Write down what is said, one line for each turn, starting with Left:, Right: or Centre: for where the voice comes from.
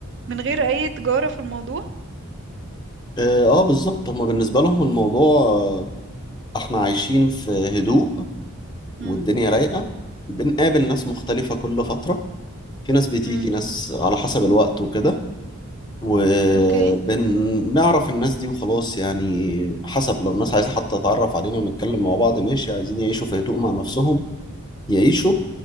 Right: من غير اي تجارة في الموضوع
Left: اه آه، بالظبط هما بالنسبة لهم الموضوع آه، احنا عايشين في هدوء والدنيا
Right: امم
Left: رايقة بنقابل ناس مختلفة كل فترة في ناس بتيجي
Right: امم
Left: ناس على حسب الوقت وكده وبنعرف
Right: اوكي
Left: الناس دي وخلاص يعني حسب لو الناس عايزة حتى تتعرف علينا ونتكلم مع بعض ماشي عايزين يعيشوا في هدوء مع نفسهم يعيشوا